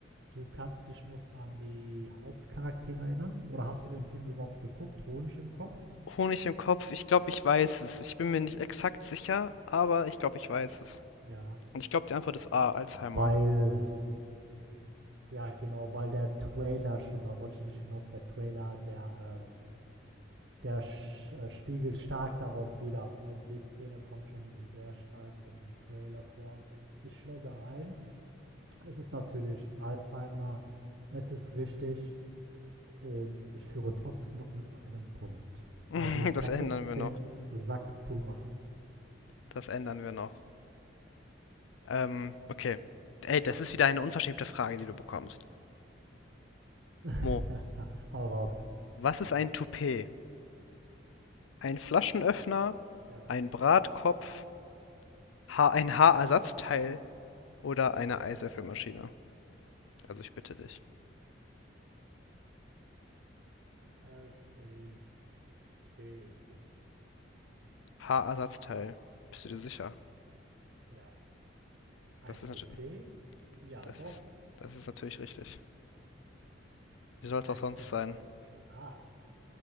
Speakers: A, on the right; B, on the left.
A: du kannst dich noch an die Hauptcharaktere erinnern? Oder hast du den Film überhaupt geguckt? Honig im Kopf?
B: Honig im Kopf, ich glaube, ich weiß es. Ich bin mir nicht exakt sicher, aber ich glaube, ich weiß es.
A: Ja.
B: Und ich glaube, die Antwort ist A, Alzheimer.
A: Weil, ja, genau, weil der Trailer schon, da wollte ich nämlich hinaus, der Trailer, der, ähm, der sch, äh, spiegelt stark darauf wieder. Also, die Szene kommt schon sehr stark im Trailer vor. Ich logge ein Es ist natürlich Alzheimer, es ist richtig und ich führe trotzdem noch mit einem Punkt.
B: <laughs>
A: Also ich
B: Das
A: kann
B: ändern
A: jetzt
B: wir
A: den
B: noch.
A: Sack zumachen.
B: Das ändern wir noch. Ähm, okay. Ey, das ist wieder eine unverschämte Frage, die du bekommst.
A: <laughs>
B: Mo,
A: Hau raus.
B: was ist ein Toupet? Ein Flaschenöffner,
A: Ja.
B: ein Bratkopf, ha ein Haarersatzteil oder eine Eiswürfelmaschine? Also ich bitte dich.
A: Es ist C ist es.
B: Haarersatzteil. Bist du dir sicher?
A: Ja. Ein
B: Das
A: Toupet?
B: ist natürlich,
A: Ja,
B: das
A: doch.
B: ist, das ist natürlich richtig. Wie soll es
A: <laughs>
B: auch sonst sein?
A: Klar.